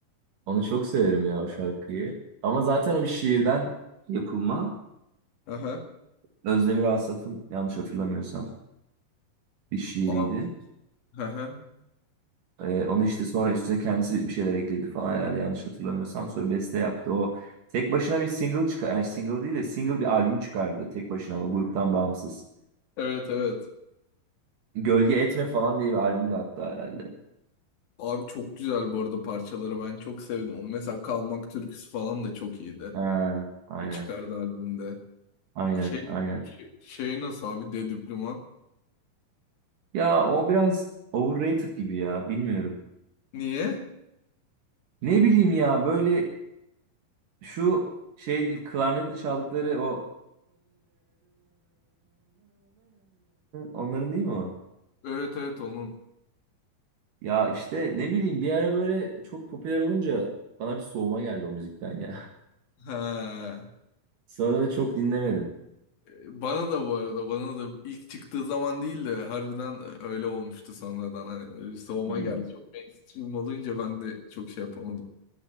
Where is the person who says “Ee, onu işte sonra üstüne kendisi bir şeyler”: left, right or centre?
Right